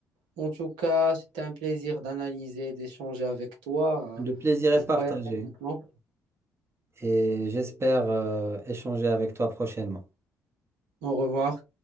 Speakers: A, on the right; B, on the right.
A: en tout cas, c'était un plaisir d'analyser, d'échanger avec toi.
B: Le
A: Euh,
B: plaisir est
A: Je
B: partagé.
A: dois y aller maintenant.
B: Et j'espère, euh, échanger avec toi prochainement.
A: Au revoir.